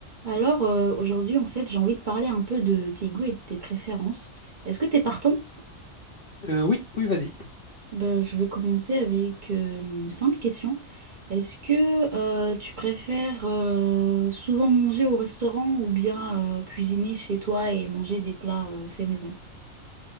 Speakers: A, on the right; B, on the left.
A: Alors, euh, aujourd'hui, en fait, j'ai envie de parler un peu de tes goûts et de tes préférences. Est-ce que t'es partant?
B: Euh, oui, oui, vas-y.
A: Ben, je vais commencer avec euh, une simple question. Est-ce que euh, tu préfères euh, souvent manger au restaurant ou bien euh, cuisiner chez toi et manger des plats euh, faits maison?